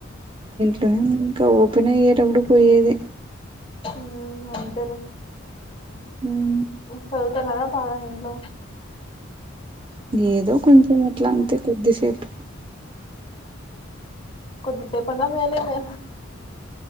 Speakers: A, on the right (about 25°); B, on the left (about 30°).
A: కా ఇంకా ఓపెనయేటపుడు పోయేది
B: మ్మ్ అంతేలే
A: హ్మ్
B: చదువుతావా బాగా ఇంట్లో
A: ఏదో కొంచెం అట్లా అంతే కొద్దిసేపు
B: కొద్దిసేపాల వేరేదే